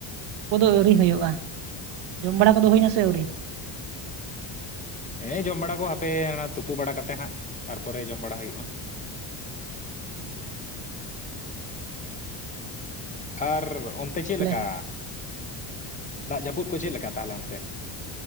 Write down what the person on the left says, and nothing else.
ᱦᱮᱸ ᱡᱚᱢ ᱵᱟᱲᱟ ᱠᱚ ᱦᱟᱯᱮ ᱚᱱᱟ ᱛᱩᱯᱩ ᱵᱟᱲᱟ ᱠᱟᱛᱮ, ᱱᱟᱦᱟᱜ ᱛᱟᱨᱯᱚᱨᱮ ᱡᱚᱢ ᱵᱟᱲᱟ ᱦᱩᱭᱩᱜᱼᱟ᱾
ᱟᱨ ᱚᱱᱛᱮ ᱪᱮᱫ
ᱞᱮᱠᱟ? ᱫᱟᱜ ᱡᱟᱹᱯᱩᱫ ᱠᱚ ᱪᱮᱫ ᱞᱮᱠᱟ ᱛᱟᱦᱚᱞᱮ ᱚᱱᱛᱮ?